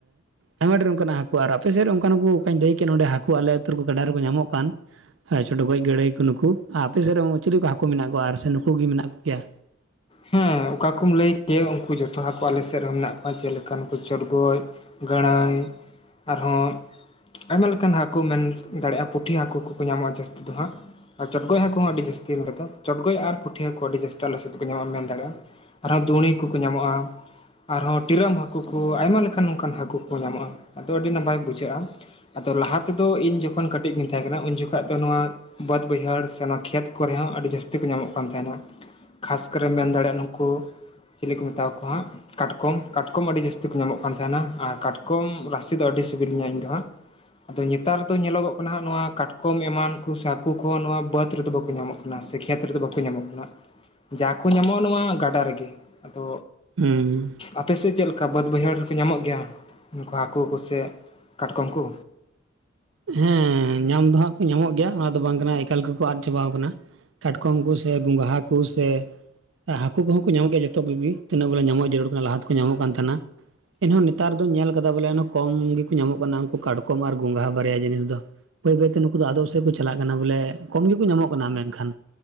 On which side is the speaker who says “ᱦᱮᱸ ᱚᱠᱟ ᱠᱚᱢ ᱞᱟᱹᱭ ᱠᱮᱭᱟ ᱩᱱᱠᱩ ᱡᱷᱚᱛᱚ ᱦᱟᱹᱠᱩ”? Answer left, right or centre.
Left